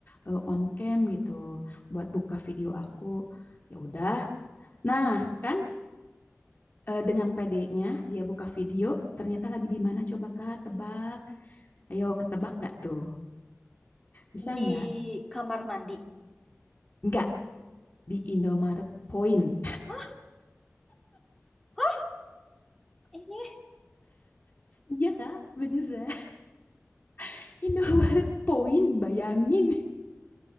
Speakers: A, on the left; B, in the centre.
A: eh, on cam gitu, buat buka video aku. Ya udah. Nah, kan eh, dengan pd dia buka video, ternyata lagi di mana coba Kak, tebak. Ayo ketebak gak tuh? Bisa
B: Di
A: nggak?
B: kamar mandi.
A: Nggak, di Indomaret Point.
B: Hah? Hah? Ini?
A: Iya Kak, beneran. <laughs> Indomaret Point, bayangin.